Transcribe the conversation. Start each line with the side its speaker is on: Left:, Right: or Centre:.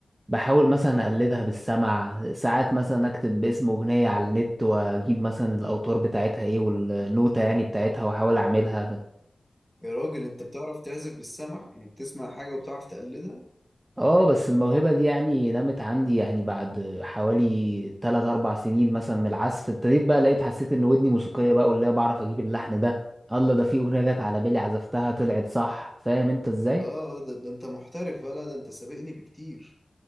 Right: بحاول مثلا اقلدها بالسمع ساعات مثلا اكتب اسم اغنيه على النت واجيب مثلا الاوتار بتاعتها ايه والنوتة يعني بتاعتها واحاول اعملها
Centre: يا راجل انت بتعرف تعزف بالسمع يعني بتسمع حاجه وبتعرف تقلدها
Right: اه بس الموهبة دي يعني نمت عندي يعني بعد حوالي 3 4 سنين مثلا من العزف ابتديت بقى لقيت حسيت ان ودني موسيقية بقى واللي هي بعرف اجيب اللحن ده الله ده في اغنية جت على بالي عزفتها طلعت صح فاهم انت ازاي
Centre: اه آه، ده, ده انت محترف بقى لا ده انت سابقني بكتير